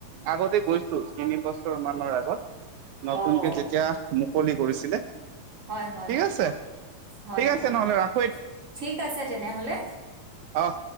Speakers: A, on the right; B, on the right.
A: আগতে গৈছো তিনি বছৰ মানৰ আগত,
B: অ'
A: নতুনকে যেতিয়া মুকলি কৰিছিলে।
B: হয় হয়
A: ঠিক আছে,
B: হয়
A: ঠিক আছে
B: হয়
A: নহ'লে ৰাখ
B: ঠিক আছে তেনেহলে।
A: অহ।